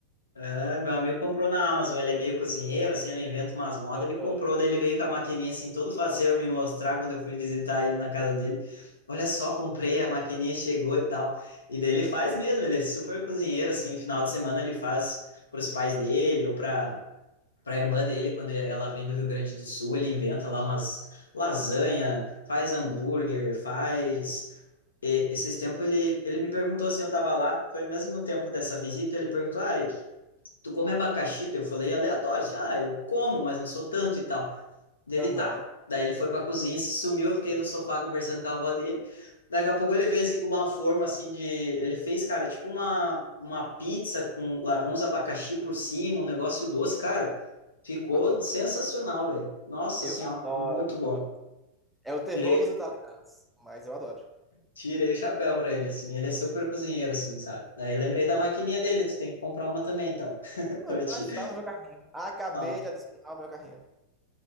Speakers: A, on the left; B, in the centre.
A: é, meu amigo comprou na Amazon, ele é meio cozinheiro, assim, ele inventa umas modas,
B: Aham.
A: ele comprou, daí ele veio com a maquininha, assim, todo faceiro me mostrar quando eu fui visitar ele na casa dele. Olha só, comprei, a maquininha chegou e tal. E daí ele faz mesmo, ele é super cozinheiro, assim, final de semana ele faz pros pais dele ou pra para a irmã dele, quando ela vem do Rio Grande do Sul, ele inventa lá umas lasanha, faz hambúrguer, faz. E, esses tempos ele, ele me perguntou assim, eu tava lá, foi mesmo no tempo dessa visita, ele perguntou, ah, tu come abacaxi? Daí Eu falei aleatório, assim, ah, eu como, mas não sou tanto e tal. Dele
B: Aham,
A: tá. Daí ele foi pra cozinha, se sumiu, eu fiquei no sofá conversando com a avó dele. Daqui a pouco ele veio assim com uma forma assim de. Ele fez, cara, tipo uma, uma pizza com. Largou uns abacaxi por cima, um negócio doce, cara.
B: Ai,
A: Ficou
B: eu adoro.
A: sensacional, velho. Nossa
B: Eu
A: senhora,
B: adoro.
A: muito bom.
B: É o terror
A: Tirei,
B: dos italianos, mas eu adoro.
A: tirei o chapéu pra ele, assim. Ele é super cozinheiro, assim, sabe? Daí lembrei da maquininha dele, tu tem que comprar uma também, então, <laughs>
B: Ah,
A: pra ti.
B: Já está no meu carrinho. Acabei
A: Ah,
B: de adicionar o meu carrinho.